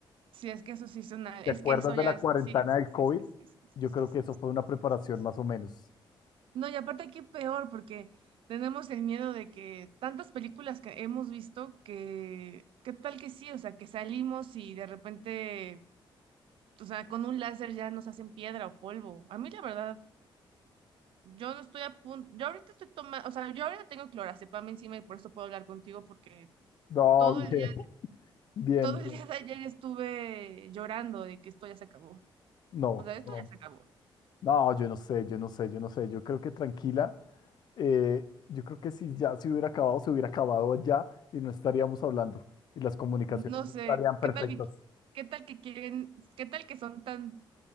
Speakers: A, on the right; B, on the left.
A: sí, es que eso sí es una, es
B: ¿Te acuerdas
A: que eso
B: de
A: ya
B: la cuarentena
A: es, sí, sí,
B: del
A: sí,
B: COVID?
A: sí, sí, sí, sí,
B: Yo
A: sí,
B: creo
A: sí,
B: que eso fue una preparación
A: sí, sí, sí.
B: más o menos.
A: No, y aparte aquí peor, porque tenemos el miedo de que tantas películas que hemos visto que, ¿qué tal que sí? O sea, que salimos y de repente, o sea, con un láser ya nos hacen piedra o polvo. A mí la verdad, yo no estoy a punto, yo ahorita estoy tomando, o sea, yo ahora tengo clorazepam encima y por eso puedo hablar contigo porque
B: No,
A: todo
B: <laughs> bien,
A: el día,
B: bien,
A: todo el
B: bien.
A: día de ayer estuve llorando de que esto ya se acabó.
B: No,
A: O sea, esto
B: no.
A: ya se acabó.
B: No, yo no sé, yo no sé, yo no sé. Yo creo que tranquila. eh, yo creo que si ya se hubiera acabado, se hubiera acabado ya y no estaríamos hablando y las comunicaciones
A: No
B: no
A: sé,
B: estarían perfectas.
A: ¿qué tal que, qué tal que quieren, qué tal que son tan